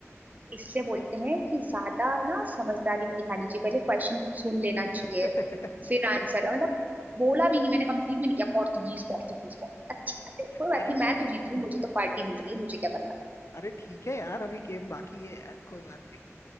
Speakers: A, on the right; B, on the left.
A: इससे बोलते हैं कि ज्यादा ना समझदारी नहीं दिखानी चाहिए पहले क्वेश्चन सुन लेना चाहिए
B: <laughs>
A: फिर आंसर मतलब बोला भी नहीं मैंने कंप्लीट भी नहीं किया पोर्तुगीज पोर्तुगीज पोर्तुगीज अच्छी बात है कोई
B: अरे
A: बात नहीं
B: ठीक
A: मैं तो जीत रही हूँ मुझे तो पार्टी मिल रही है मुझे क्या करना
B: अरे ठीक है यार अभी गेम बाकी है यार कोई बात नहीं